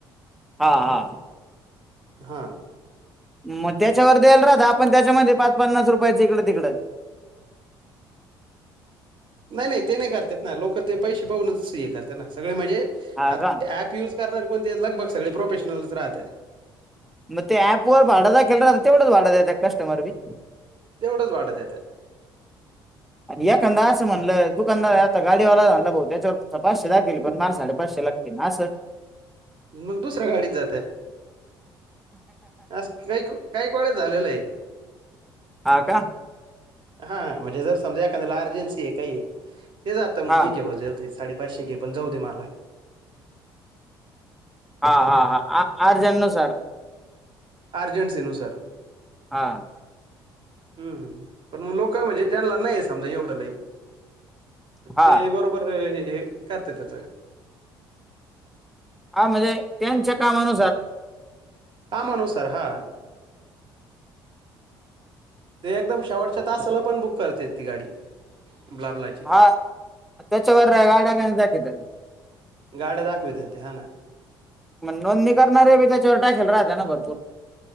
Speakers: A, in the centre; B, on the right.
A: हा हा
B: हा
A: म त्याच्यावर द्यायला राहत आपण त्याच्यामध्ये पाच पन्नास रुपयाच हिकलं तिकडं
B: नाही नाही ते नाही करतेत ना लोक ते पैसे पाहूनच हे करते ना सगळे म्हणजे
A: हा
B: आता
A: का
B: ऍप युज करणारे पण ते लगभग सगळे प्रोफेशनलच राहते.
A: म ते अँप वर भाड दाखेल रहात तेवढच भाड देत का कस्टमर बी
B: तेवढंच भाड देत्यात.
A: आणि एखंदा असं म्हणलं तू कंदा आता गाडीवाला झाला भाऊ त्याच्यावर पाचशे दाखविले पण माल साडेपाचशे ला अस
B: मग दुसऱ्या गाडीत जातय आस काहीक काय कोळ झालेलंय.
A: हा का
B: हां म्हणजे जर समजा एखाद्याला अर्जन्सीये काहीये ते जात मग
A: हा
B: ठीके बर जाऊ दे साडेपाचशे घे पण जाऊ दे मला
A: हा हा हा आर अर्जन नुसार
B: अर्जेंटसी नुसार
A: हा
B: हम् पण मग लोक म्हणजे ज्यांला नाहीये समजा एवढं लई
A: हा
B: ते बरोबर हे करत्या त्याच
A: हा म्हणजे त्यांच्या कामानुसार
B: आमा नुसार हा ते एकदम शेवटच्या तसाला पण बुक करते ती गाडी ब्ला ब्लाई.
A: हा त्याच्यावरनं गाडा <inaudible> जाती त.
B: गाड्या दाखविथ ते हां ना.
A: म नोंदणी करणारे बी त्याच्यावर टाकेल राहत्या ना भरपूर.